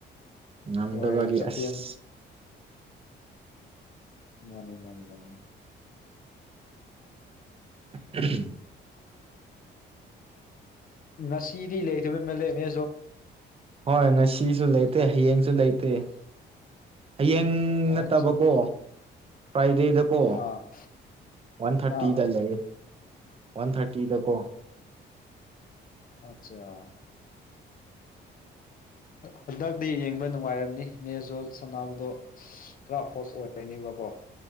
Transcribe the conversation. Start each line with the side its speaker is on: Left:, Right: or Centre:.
Right: ꯉꯗꯕꯒꯤ
Left: ꯃꯣꯏ ꯆꯝꯄꯤꯌꯟ
Right: ꯑꯁ
Left: ꯃꯥꯅꯤ ꯃꯥꯅꯤ ꯃꯥꯅꯤ
Right: ꯎꯝ
Left: ꯉꯁꯤꯗꯤ ꯂꯩꯇꯕ ꯃꯥꯜꯂꯦꯅꯦ
Right: ꯍꯣꯏ ꯉꯁꯤꯁꯨ ꯂꯩꯇꯦ ꯍꯌꯦꯡꯁꯨ ꯂꯩꯇꯦ ꯍꯌꯦꯡ
Left: ꯑꯣ
Right: ꯅꯠꯇꯕꯀꯣ
Left: ꯑꯠꯆꯥ
Right: ꯐ꯭ꯔꯥꯏꯗꯦꯗ ꯀꯣ
Left: ꯑꯥ
Right: ꯋꯥꯟ ꯊꯥꯔꯇꯤꯗ
Left: ꯑꯥ
Right: ꯂꯩ ꯋꯥꯟ ꯊꯥꯔꯇꯤꯗ ꯀꯣ
Left: ꯑꯆꯥ ꯍꯟꯗꯛꯇꯤ ꯌꯦꯡꯕ ꯅꯨꯡꯉꯥꯏꯔꯝꯅꯤ ꯃꯦꯁꯇꯨ ꯁꯥꯟꯅꯕꯗꯣ ꯈꯔ ꯍꯣꯠ ꯑꯣꯏꯔꯅꯦꯕꯀꯣ